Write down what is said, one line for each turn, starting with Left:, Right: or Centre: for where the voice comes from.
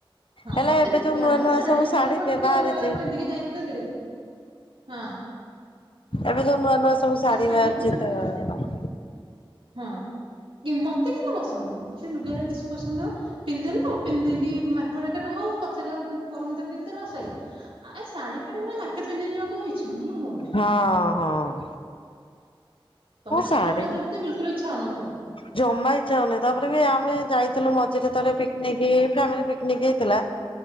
Right: ହଁ
Left: ହେଲେ
Right: ମତେ
Left: ଏବେ
Right: ଲୁଗା
Left: ଯୋଉ ନୂଆ
Right: ମତେ
Left: ନୂଆ
Right: ଶାଢୀ
Left: ସବୁ
Right: ଅପେକ୍ଷା କୁଆଡେ ଗୋଟେ
Left: ବାହାରିଛି
Right: ଗଲା ବେଳକୁ ପିନ୍ଧିକି। ଯାଇଁ ତ <unintelligible> ହଁ।
Left: ଏବେ ଯୋଉ ନୂଆ ନୂଆ ସବୁ ଶାଢ଼ି
Right: ଏ ଶାଢୀ
Left: ବାହାରୁଛି
Right: ଅପେକ୍ଷା ମତେ
Left: ତ।
Right: ହଁ କି ମତେ କିନ୍ତୁ ପସନ୍ଦ। ମତେ ଲୁଗା ରା ବେଶୀ ପସନ୍ଦ ପିନ୍ଧଦେଲୁ ପିନ୍ଧଦେଇକି ମାକେଟ୍ ଫାକେଟ୍ ହଉ। ପଛରେ ଉଁ ପର ମୁଦେ ପିନ୍ଧିଦେଲ ସରିଲା ଆ ଏ ଶାଢୀ ଫାଢ଼ି ଗୁରା ମାର୍କେଟ ପିନ୍ଧିକି ଯିବାକୁ ଆଉ ଇଚ୍ଛା ହିଁ ହଉନି।
Left: ହଁ ହଁ।
Right: ତମେ ତ
Left: ଶାଢୀ
Right: ଛୋଟ ପିଲା ଧରିକି ତ ବିଲକୁଲ ଇଚ୍ଛା ହଉ ନଥିବ।
Left: ଜମା ଇଚ୍ଛା ହଉନି ତାପରେ ବି ଆମେ ଯାଇଥିଲୁ ମଝିରେ ଥରେ ପିକନିକ ଫ୍ୟାମିଲି ପିକନିକ୍ ହେଇଥିଲା।